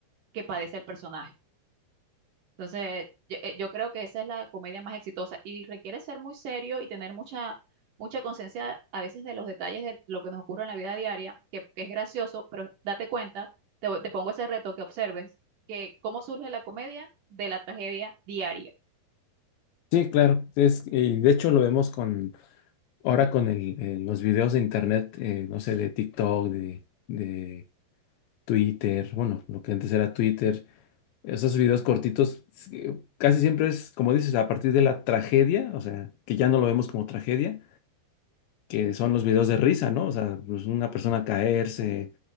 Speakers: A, on the right; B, on the left.
A: que padece el personaje. Entonces, yo, eh, yo creo que esa es la comedia más exitosa y requiere ser muy serio y tener mucha, mucha conciencia a veces de los detalles de lo que nos ocurre en la vida diaria, que, que es gracioso, pero date cuenta, te, te pongo ese reto que observes, que cómo surge la comedia de la tragedia diaria.
B: Sí, claro. Es, y de hecho lo vemos con ahora con el, eh, los videos de internet, eh, no sé, de TikTok, de, de Twitter, bueno, lo que antes era Twitter, esos videos cortitos, sí, casi siempre es, como dices, a partir de la tragedia, o sea, que ya no lo vemos como tragedia, que son los videos de risa, ¿no? O sea, pues, una persona caerse